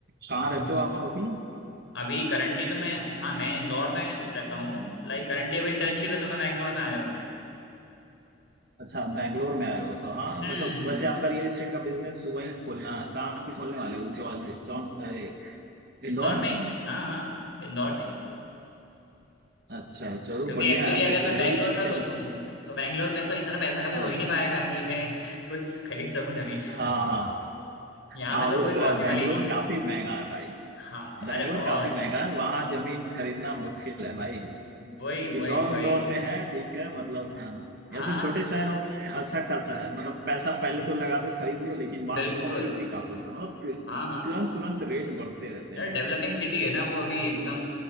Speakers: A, on the right (about 55°); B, on the left (about 85°).
A: कहाँ रहते
B: हम्म।
A: हो आप अभी
B: अभी करंटली तो मैं हाँ मैं इंदौर में रहता हूँ लाइक करंटली अभी इंटर्नशिप है तो मैं बैंगलोर में आया हूँ
A: अच्छा बैंगलोर में आए हो तो हाँ
B: हम्म
A: मतलब वैसे आपका रियल इस्टेट का बिजनेस वहीं खोलना कहाँ पे खोलने वाले हो जॉन जॉन अरे, इंदौर
B: इंदौर
A: में
B: में ही हाँ हाँ इंदौर में
A: अच्छा चलो
B: क्योंकि
A: बढ़िया
B: एक्चुअली
A: है
B: अगर
A: फिर
B: मैं
A: उधर
B: बैंगलोर
A: भी
B: का सोचूं
A: जब
B: तो बैंगलोर में तो इतना पैसा कभी
A: हाँ
B: हो ही नहीं पाएगा कि मैं <laughs> कुछ खरीद सकूं जमीन
A: हाँ हाँ
B: यहाँ
A: हाँ
B: पे तो
A: वो
B: कोई पॉसिबल
A: तो है बैंगलोर
B: ही नहीं है
A: काफी महंगा है भाई
B: हाँ
A: बैंगलोर
B: अरे बहुत
A: काफी महंगा है वहाँ जमीन खरीदना मुश्किल है भाई
B: वही
A: इंदौर
B: वही वही
A: इंदौर में है ठीक है मतलब हाँ
B: हाँ
A: ऐसे छोटे शहरों में अच्छा खासा है मतलब पैसा पहले तो लगा दो खरीद लो लेकिन बाद
B: बिल्कुल
A: में प्रॉफिट भी काफी है मतलब तु-
B: हाँ हाँ
A: तुरंत तुरंत रेट बढ़ते रहते
B: अरे
A: हैं
B: डेवलपिंग
A: उसके
B: सिटी है ना वो अभी एकदम